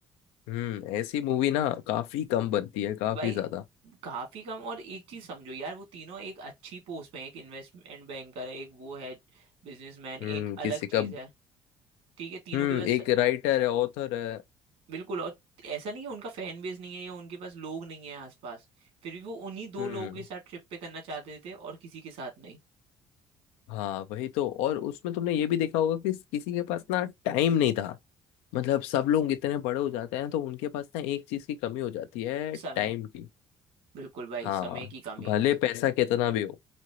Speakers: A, on the left; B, on the right.
A: हम्म ऐसी मूवी ना काफी कम बनती है काफी
B: भाई
A: ज्यादा
B: काफी कम और एक चीज समझो यार वो तीनों एक अच्छी पोस्ट में है, एक इन्वेस्टमेंट बैंकर है एक वो है बिजनेसमैन
A: हम्म
B: एक
A: किसी
B: अलग चीज
A: का
B: है ठीक है तीनों
A: हम्म
B: के पास
A: एक राइटर है ऑथर है
B: बिल्कुल और ऐसा नहीं है उनका फैन बेस नहीं है या उनके पास लोग नहीं है आसपास फिर भी वो उन्हीं दो
A: हम्म
B: लोगों के साथ ट्रिप पे करना चाहते थे और किसी के साथ नहीं
A: हाँ वही तो और उसमें तुमने ये भी देखा होगा कि किसी के पास ना टाइम नहीं था मतलब सब लोग इतने बड़े हो जाते हैं तो उनके पास ना एक चीज की कमी हो जाती है
B: समय
A: टाइम की
B: बिल्कुल भाई
A: हाँ
B: समय की कमी
A: भले पैसा कितना भी हो